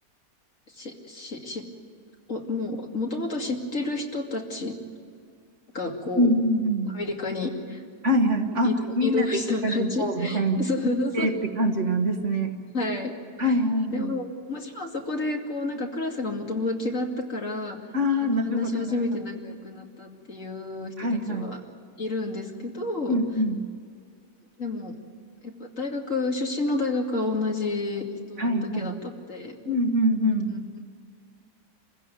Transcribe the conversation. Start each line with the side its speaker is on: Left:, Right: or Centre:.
Left: し、し、し、お、もう、もともと知ってる人たちが、こう、
Right: うん、うん、うん。
Left: アメリカに
Right: はいはい。あ、
Left: 移動、
Right: みんなで一緒に行こうみたいに行ってって感じなんですね。
Left: 移動した感じ <laughs> そうそうそう。はい。
Right: はいはいはい。
Left: でも、もちろんそこで、こう、なんかクラスがもともと違ったから、
Right: ああ、
Left: あの、
Right: なるほど、
Left: 話し始めて仲良くなったっていう人たちはいるんですけど、
Right: なるほど。はいはい。うん、うん。
Left: でも、やっぱ大学、出身の大学は同じ人だけだったので、
Right: はいはい。うんうんうん。
Left: うん、